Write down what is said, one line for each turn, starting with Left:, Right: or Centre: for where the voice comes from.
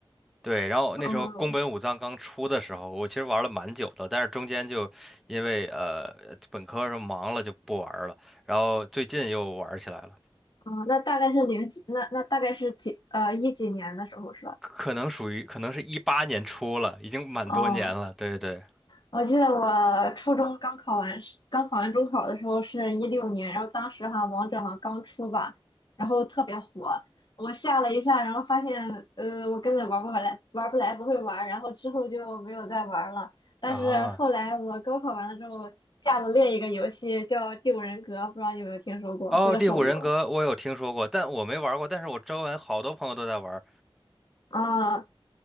Centre: 对，然后那时候宫本武藏刚出的时候，
Left: 嗯
Centre: 我其实玩了蛮久的，但是中间就因为呃本科上忙了就不玩了，然后最近又玩起来了，
Left: 嗯，那大概是零几，那那大概是几呃一几年的时候是吧？
Centre: 可能属于可能是一八年出了，已经蛮多年了，
Left: 哦
Centre: 对对。
Left: 我记得我初中刚考完试，刚考完中考的时候是一六年，然后当时哈王者好像刚出吧，然后特别火，我下了一下，然后发现呃我根本玩不回来，玩不来不会玩，然后之后就没有再玩了。但是后来我高考完了之后下了另一个游戏叫《第五人格》，
Centre: 啊，
Left: 不知道你有没有听说过，
Centre: 哦，
Left: 是一个手游
Centre: 《第五人格》我有听说过，但我没玩过。但是我周围好多朋友都在玩，
Left: 啊。